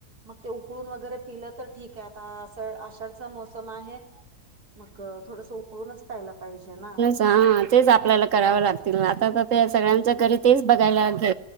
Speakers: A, on the right; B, on the right.
A: मग ते उकळून वगैरे पिलं तर ठीक आहे आता आषाढच मोसम आहे
B: <unintelligible>
A: मग थोडसं उकळूनच प्यायला पाहिजे ना
B: ह तेच आपल्याला करावं लागतील ना आता तर ते
A: हो
B: सगळ्यांच्या घरी तेच बघायला घे